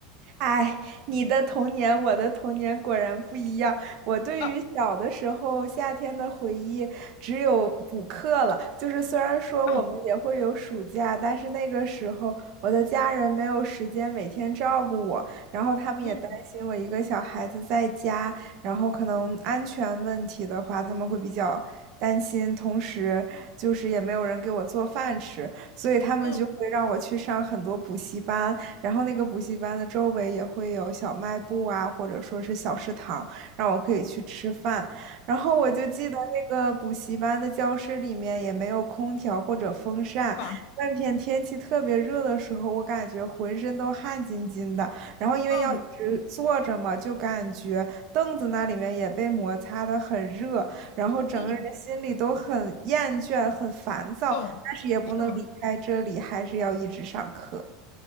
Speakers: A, on the right (about 50°); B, on the left (about 65°).
A: 哎，你的童年，我的童年果然不一样。我对于小的时候夏天的回忆，
B: 啊
A: 只有补课了。就是虽然说我们也会有暑假，
B: 啊
A: 但是那个时候我的家人没有时间每天照顾我，然后他们也担心我一个小孩子在家，
B: 嗯
A: 然后可能安全问题的话，他们会比较担心，同时就是也没有人给我做饭吃，所以他们就会让我去上很多补习班。
B: 嗯
A: 然后那个补习班的周围也会有小卖部啊，或者说是小食堂，让我可以去吃饭。然后我就记得那个补习班的教室里面也没有空调或者风扇，
B: 吧
A: 那天天气特别热的时候，我感觉浑身都汗津津的。然后因为要一直坐着嘛，
B: 嗯
A: 就感觉凳子那里面也被摩擦的很热，然后整个人心里都很厌倦、
B: 嗯，
A: 很烦躁，
B: 懂是吗？
A: 但是也不能离开这里，还是要一直上课。